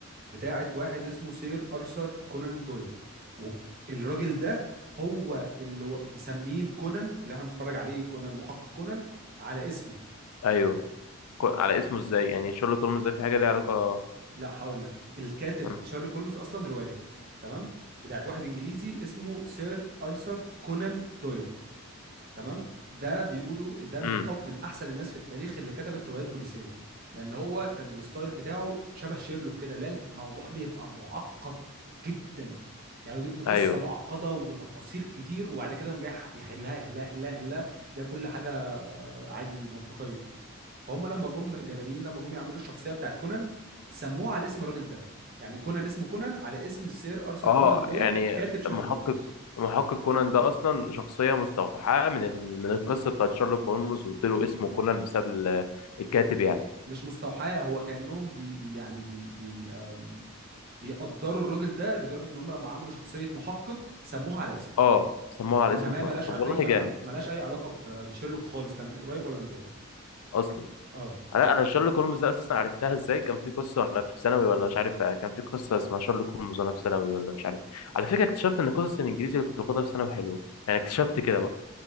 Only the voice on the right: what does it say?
بتاعت واحد اسمه سير أرثر كونان دويل والراجل ده هو اللي و- مسمين كونان اللي احنا بنتفرج عليه كونان المحقق كونان على اسمه
لا هقول لك الكاتب
شارلوك هولمز اصلا روايه تمام بتاعت واحد انجليزي اسمه سير ارثر كونان دويل تمام ده بيقولوا ده من
أف- من احسن الناس في التاريخ اللي كتبت روايات بوليسيه لان هو كان الستايل بتاعه شبه شيرلوك كده لا الموضوع بيبقى معقد جدا يعني هو بيبني قصه
معقده وتفاصيل كتير وبعد كده يقوم جاي يح- يحلها يحلها يحلها يحلها تلاقي كل حاجه عادي منطقيه فهم لما جم اليابانيين لما جم يعملوا الشخصيه بتاعت كونان سموها على اسم الراجل ده يعني كونان اسمه كونان على اسم السير ارثر
كونان دويل
كاتب شيرلوك
هولمز
مش مستوحاه هو كأنهم بي بي يعني بي بي آم، بيقدروا الراجل ده لدرجة ان هم لما عملوا شخصية محقق سموها على اسمه
انما
هي ملهاش
ع-
اي
علاقة ملهاش اي علاقة ب- بشيرلوك خالص لا من قريب ولا من بعيد
اه